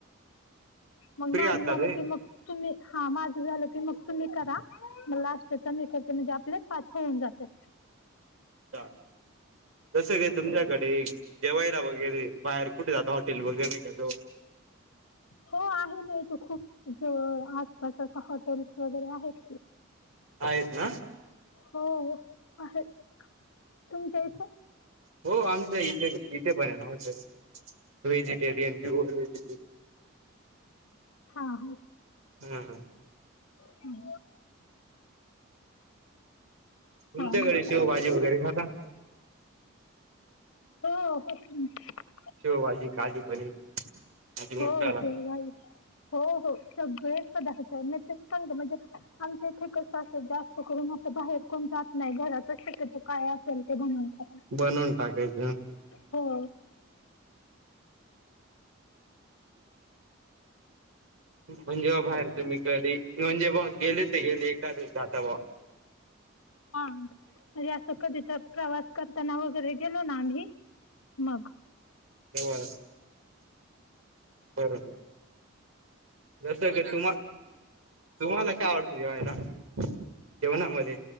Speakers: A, on the left (about 80°); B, on the right (about 80°).
A: मग
B: फ्री
A: माझं
B: आहात ना
A: झालं
B: तुम्ही
A: की मग तुम्ही हा माझं झालं की मग तुम्ही करा म लास्टचा मी करते म्हणजे आपले पाच होऊन जात्यात.
B: चार जस की तुमच्याकडे जेवायला वगैरे बाहेर कुठे जाता हॉटेल वगैरे का जवळ
A: हो आहे ना त खूप ज आसपास अस हॉटेल्स वगैरे आहेत की,
B: आहेत ना.
A: हो. आहेत तुमच्या इथे
B: हो आमच इथे बी इ थे पण हाय ना हॉटेल व्हेजिटेरियन प्युअरव्हेजिटरियनं.
A: हा ह
B: हं हा
A: हं
B: तुमच्याकडे
A: हा हो
B: शेवभाजी वगैरे खाता.
A: हो होते ना.
B: शेव भाजी, काजू पनीर काजू मसाला
A: हो शेवभाजी हो हो सगळेच पदार्थ <unintelligible> म्हणजे आमच्या इथे कस अस जास्त करून असं बाहेर- कोण जात नाही घराचा शक्यतो काय असेल ते बनवून खातात
B: बनून टाकायच.
A: हो.
B: म्हणजे बा बाहेर तुम्ही कधी म्हणजे बुआ गेले त गेले एका दिवस जाता बुआ. <unintelligible>
A: हा म्हणजे असं कधी तर प्रवास करताना वगै गेलो ना आम्ही मग
B: तेव्हा बरोबर. जसं की तुम्हा तुम्हाला काय आवडत जेवायला जेवणामध्ये